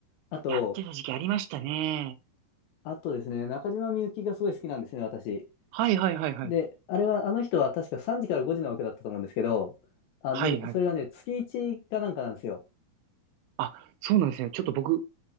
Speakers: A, on the left; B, on the right.
A: あと、
B: やってた時期ありましたね。
A: あとですね、中島みゆきがすごい好きなんですね、私。
B: はいはいはいはい。
A: で、あれは、あの人は確か3時から5時の枠だったと思うんですけど、あ、
B: はいはいはい。
A: で、それがね、月1かなんかなんですよ。
B: あ、そうなんですね。ちょっと僕、